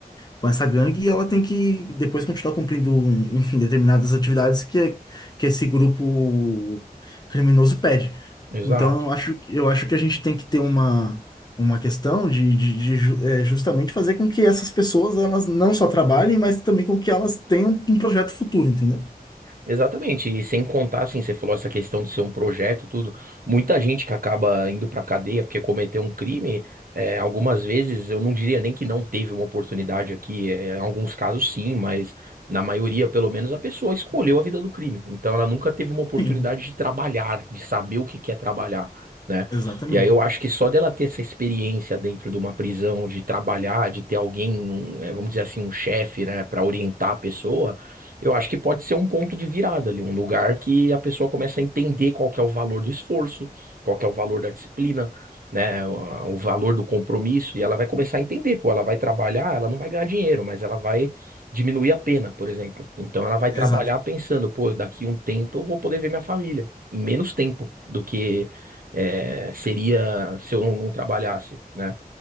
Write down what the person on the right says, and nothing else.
Exato.
Exatamente, e sem contar, assim, você falou essa questão de ser um projeto, tudo. Muita gente que acaba indo pra cadeia porque cometeu um crime, é, algumas vezes eu não diria nem que não teve uma oportunidade aqui, é, em alguns casos sim, mas na maioria, pelo menos, a pessoa escolheu a vida do crime. Então ela nunca teve uma oportunidade
de trabalhar, de saber o que quer trabalhar, né?
E aí eu acho que só dela ter essa experiência dentro de uma prisão, de trabalhar, de ter alguém, um, é, vamos dizer assim, um chefe, né, para orientar a pessoa eu acho que pode ser um ponto de virada ali, um lugar que a pessoa começa a entender qual que é o valor do esforço, qual que é o valor da disciplina, né, o, o valor do compromisso, e ela vai começar a entender, pô, ela vai trabalhar, ela não vai ganhar dinheiro, mas ela vai diminuir a pena, por exemplo. Então ela vai trabalhar
pensando, pô, daqui um tempo eu vou poder ver minha família, em menos tempo do que eh, seria se eu não, não trabalhasse, né?